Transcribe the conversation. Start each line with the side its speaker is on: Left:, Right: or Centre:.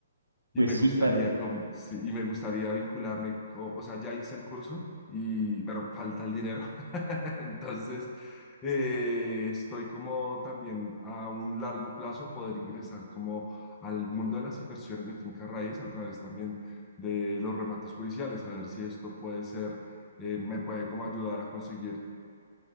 Left: y
Right: Pues
Left: me
Right: sí,
Left: gustaría,
Right: claro,
Left: com- sí, y me gustaría vincularme, co- o sea, ya hice el curso, y, pero falta el dinero. <laughs> Entonces, eh, estoy como también a un largo plazo poder ingresar como al mundo de las inversiones de finca raíz a través también de los remates judiciales, a ver si esto puede ser, eh, me puede como ayudar a conseguir